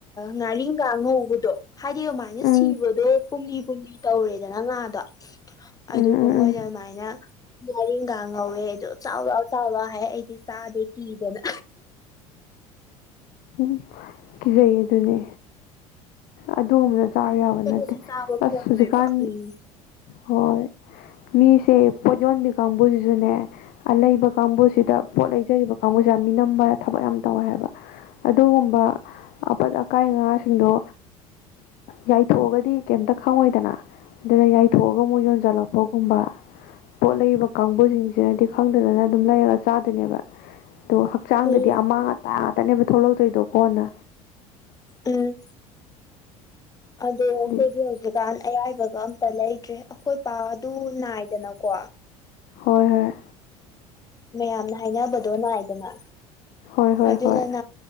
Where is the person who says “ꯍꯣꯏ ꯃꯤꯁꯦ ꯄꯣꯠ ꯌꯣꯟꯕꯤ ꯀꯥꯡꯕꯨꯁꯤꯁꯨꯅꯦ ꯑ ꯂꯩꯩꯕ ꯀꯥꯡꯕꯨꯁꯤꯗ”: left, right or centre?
Left